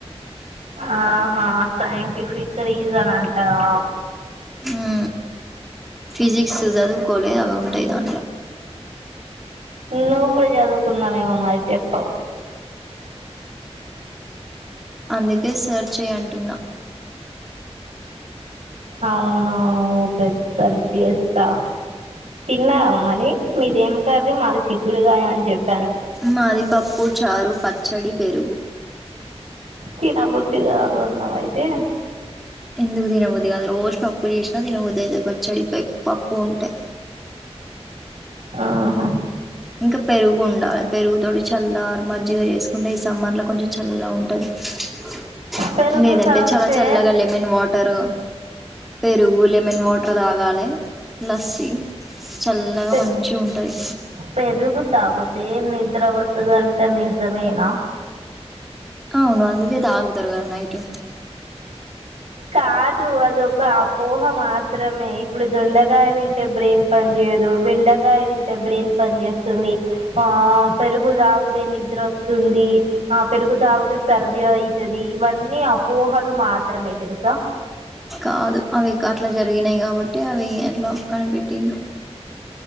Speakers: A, on the right; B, in the centre.
A: ఆహా సైంటిఫిక్ రీజన్ అంటవ
B: ఊ ఫిజిక్స్ చదువుకోలే అవి ఉంటయి దాంట్ల
A: నువ్వు కూడా చదువుకున్నావేమో మరి చెప్పవు
B: అందుకే సర్చేయి అంటున్నా
A: అవును ఊకె సర్చ్ చేస్తా తిన్నావ మరి మీదేం కర్రీ మాది చిగ్గుడుగాయ అని చెప్
B: మాది పప్పు చారు పచ్చడి పెరుగు
A: తినబుద్ధిగాదు అన్నవయితే
B: ఎందుకు తినబుది కాదు రోజు పప్పు చేసినా తినబుదయితది పచ్చడి పప్పు ఉంటే
A: ఆహా
B: ఇంక పెరుగు ఉండాలే పెరుగు తోటి చల్ల ఆర్ మజ్జిగ చేసుకుంటే ఈ సమ్మర్ లో కొంచెం చల్ల ఉంటది. <inaudible>
A: పెరుగు
B: లేదంటే
A: తాగితే
B: చల్లచల్లగా లెమన్ వాటర్ పెరుగు లెమన్ వాటర్ టర్ దాగాలే లస్సి చల్లగా
A: పె
B: మంచి ఉంటుంది
A: పెరుగు తాగుతే నిద్ర వస్తాదంట నిజమేనా
B: అవును అందుకే తాగుతారు కదా నైట్
A: కాదు అదొక అపోహ మాత్రమే ఇప్పుడు దొండగాయ తింటే బ్రెన్ పని చేయదు బెండగా తింటే బ్రెయిన్ పని చేస్తుంది ఆ పెరుగు తాగుతే నిద్ర వస్తుంది ఆ పెరుగు తాగితే సర్ది అయితది ఇవన్నీ అపోహలు మాత్రమే తెలుసా
B: కాదు అవి అట్లా జరిగినాయి కాబట్టి అవి ఎట్లా కనిపెట్టిండ్రు